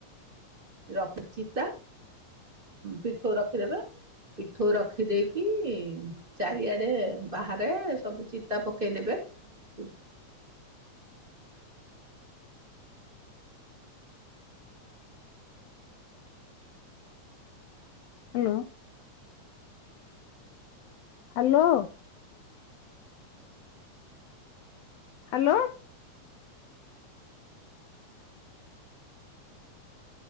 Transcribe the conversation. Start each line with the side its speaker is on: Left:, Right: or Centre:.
Right: ଲଷ୍ମୀ ଚିତା ପିଠଉ ରଖିଦେବେ। ପିଠଉ ରଖି ଦେଇେଇକି ଚାରିଆଡେ ବାହାରେ ସବୁ ଚିତା ପକେଇଦେବେ। ଉଦ୍।
Left: ହାଲୋ। ହାଲୋଓ। ହାଲୋ।